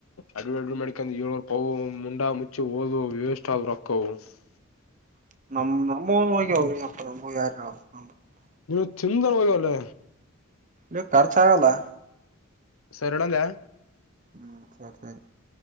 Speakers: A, on the left (about 85°); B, on the right (about 40°).
A: ಅಡು ಅಡು ಮಾಡಡಕೊಂಡ ಏಳೋರು ಪವು ಮುಂಡಾ ಮುಚ್ಚಿ ಓದ ವಿವಷ್ಟ ರೊಕ್ಕವು <unintelligible>
B: ನ- ನಮ್ಮ ನೋ- ನ -ಯಾರ
A: ಇವತ್ತು ಚಂದ ವಗಲ್ಲೆ.
B: ಇ- ಖರ್ಚ ಆಗಲ್ಲ.
A: ಸರ್ಣಂಗ
B: ಹ್ಮ್ -ಸರಿ ಸರಿ